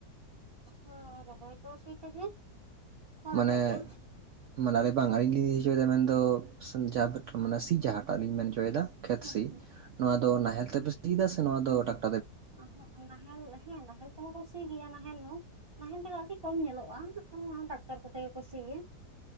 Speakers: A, on the right; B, on the right.
A: ᱦᱮᱸ ᱨᱚᱦᱚᱭ ᱫᱚ ᱥᱤ ᱛᱮᱜᱮ ᱦᱚᱲ
B: ᱢᱟᱱᱮ
A: ᱟᱛᱮᱫ ᱜᱮ
B: ᱢᱟᱱ ᱟᱞᱮ ᱵᱟᱝ ᱟᱹᱞᱤᱧ ᱞᱤᱧ ᱟᱹᱭᱠᱟᱹᱣ ᱫᱟ ᱢᱮᱱ ᱫᱚ ᱥᱮᱱ ᱡᱟᱦᱟᱸ ᱢᱟᱱᱮ ᱥᱤ ᱡᱟᱦᱟᱸᱴᱟᱜ ᱞᱤᱧ ᱢᱮᱱ ᱚᱪᱚᱭ ᱮᱫᱟ <unintelligible> ᱠᱷᱮᱛ
A: ᱦᱩᱸ
B: ᱥᱤ
A: ᱦᱩᱸ
B: ᱱᱚᱣᱟ ᱫᱚ ᱱᱟᱦᱮᱞ ᱛᱮᱯᱮ ᱥᱤᱫᱟ ᱥᱮ ᱱᱚᱣᱟ ᱫᱚ ᱴᱟᱠ
A: ᱟᱺᱦᱟᱺᱜ ᱱᱟᱦᱮᱞ ᱦᱮᱸ ᱱᱟᱦᱮᱞ ᱛᱮᱦᱚᱸ ᱠᱚ ᱥᱤ ᱜᱮᱭᱟ ᱱᱟᱦᱮᱞ ᱦᱚᱸ ᱱᱟᱦᱮᱞ ᱛᱮᱦᱚᱸ ᱟᱹᱰᱤ ᱠᱚᱢ ᱧᱮᱞᱚᱜᱼᱟ᱾ ᱚᱱᱟ ᱴᱟᱠᱴᱟᱨ ᱠᱚᱛᱮ ᱜᱮ ᱠᱚ ᱥᱤ ᱜᱮᱭᱟ᱾